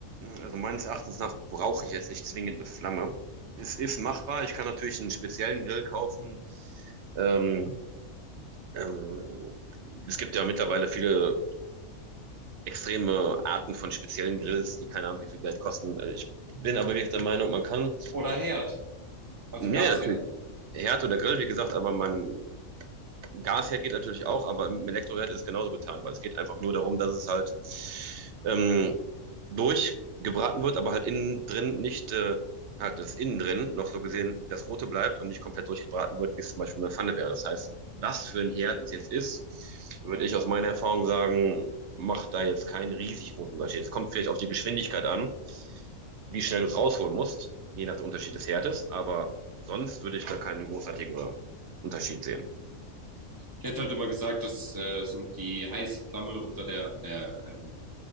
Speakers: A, on the right (about 65°); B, on the right (about 20°).
A: Also meines Erachtens nach brauche ich jetzt nicht zwingend eine Flamme. Es ist machbar. Ich kann natürlich einen speziellen Grill kaufen. Ähm, ähm, es gibt ja mittlerweile viele extreme Arten von speziellen Grills, die keine Ahnung, wie viel Geld kosten. Ich bin aber wirklich der Meinung, man kann,
B: Oder Herd, also
A: ja,
B: Gasherd.
A: ja, natürlich, Herd oder Grill, wie gesagt, aber man Gasherd geht natürlich auch, aber im Elektroherd ist es genauso getan, weil es geht einfach nur darum, dass es halt ähm, durchgebraten wird, aber halt innen drin nicht, äh, halt das innen drin noch so gesehen das Rote bleibt und nicht komplett durchgebraten wird, wie es zum Beispiel in der Pfanne wäre. Das heißt, was für ein Herd es jetzt ist, würde ich aus meiner Erfahrung sagen, macht da jetzt keinen riesig großen Unterschied. Es kommt vielleicht auf die Geschwindigkeit an, wie schnell du es rausholen musst, je nach dem Unterschied des Herdes, aber sonst würde ich da keinen großartigen Unterschied sehen.
B: Ich hätte halt immer gesagt, dass äh, so die Heißflamme unter der, der ähm,